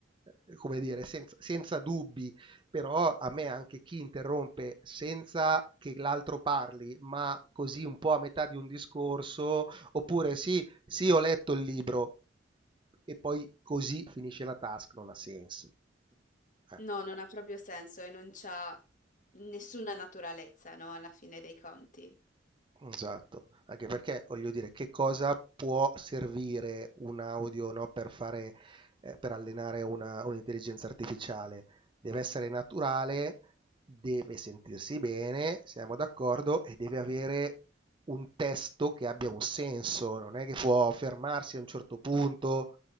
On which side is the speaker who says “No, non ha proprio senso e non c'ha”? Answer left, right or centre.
Left